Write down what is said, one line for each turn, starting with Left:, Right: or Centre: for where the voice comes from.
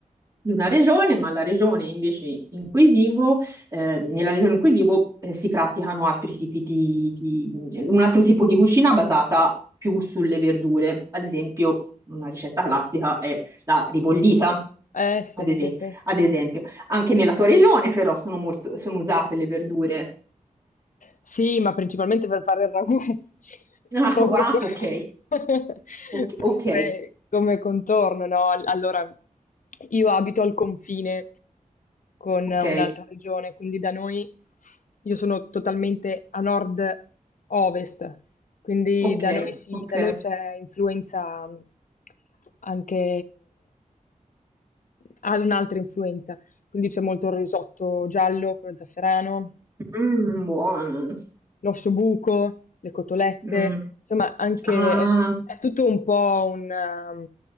Right: di una regione, ma la regione invece in cui vivo, eh, nella regione in cui vivo, eh, si praticano altri tipi di, di- un altro tipo di cucina basata più sulle verdure. Ad esempio, una ricetta classica è la ribollita.
Left: Eh, sì,
Right: Ad esempio,
Left: sì, sì.
Right: ad esempio. anche nella sua regione però sono molto, sono usate le verdure.
Left: Sì, ma principalmente per fare il ragù. <laughs>
Right: Ah,
Left: Proprio
Right: ah,
Left: co-
Right: ok,
Left: <laughs>
Right: ok, ok.
Left: come, come contorno, no? All- Allora, io abito al confine con
Right: ok.
Left: un'altra regione, quindi da noi io sono totalmente a nord-ovest, quindi
Right: Ok,
Left: da noi sì,
Right: ok.
Left: da noi c'è influenza mh, anche, ha un'altra influenza, quindi c'è molto il risotto giallo, quello zafferano,
Right: Mm, buono.
Left: L'ossobuco, le cotolette,
Right: Mm.
Left: insomma anche
Right: Ah,
Left: è è tutto un po' un ehm,